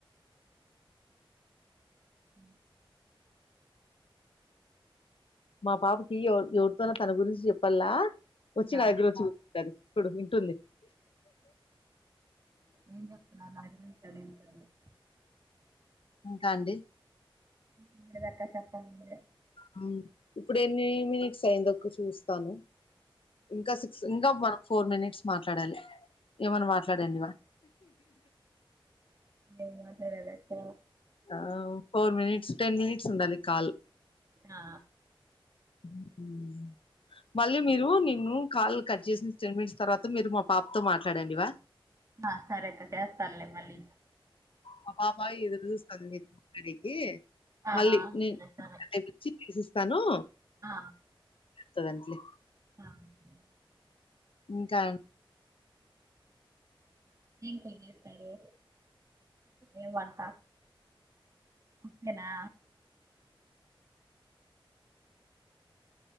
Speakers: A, on the right; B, on the left.
A: అ
B: మా పాపకి ఎవరు ఎవరితోన తన గురించి చెప్పల్లా వచ్చి నా
A: ఆ
B: దగ్గర వచ్చి అది ఇప్పుడు ఇంటుంది
A: ఏం చెప్తున్నారు వింటాంది వింటాంది
B: ఇంకా అండి
A: ఏం లేదక్క చెప్పాలి నువ్వే
B: ఆ ఇప్పుడు ఎన్ని మినిట్స్ అయిందొ ఒక చూస్తాను ఇంకా సిక్స్ ఇంకా మనం ఫోర్ మినిట్స్ మాట్లాడాలి ఏమన్నా మాట్లాడండి ఇవా
A: ఏం మాట్లాడలేదక్క
B: ఆ ఫోర్ మినిట్స్ టెన్ మనిట్స్ ఉండాలి కాల్
A: ఆ
B: ఉ ఊ మళ్ళీ మీరు నిన్ను కాల్ కట్ చేసిిన టెన్ మినిట్స్ తర్వాత మీరు మా పాపతో మాట్లాడండివా
A: ఆ సరే అక్క చేస్తాలే మళ్ళీ
B: మా పాప ఎదురు చూస్తంది మాట్లాడనీకి
A: ఆ
B: మళ్ళీ
A: సరే సరే
B: ఉ విశిస్తాను
A: ఆ
B: ఇత్తదంట్లె
A: ఆ సరే.
B: ఇంకా
A: ఏం కూర చేసారు ఏ వంట ఓకేనా